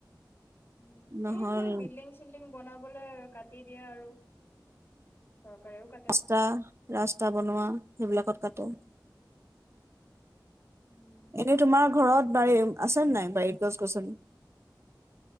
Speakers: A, on the left; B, on the right.
A: উম,
B: নহ'ল
A: এইবিলাক বিল্ডিংছ ডিং বনাবলৈ কাটি দিয়ে আৰু চৰকাৰেও কাটে।
B: ৰাস্তা, ৰাস্তা বনোৱা। সেইবিলাকত কাটো।
A: উম,
B: এনে তোমাৰ ঘৰত বাৰীত আছে নে নাই বাৰীত গছ গছনি?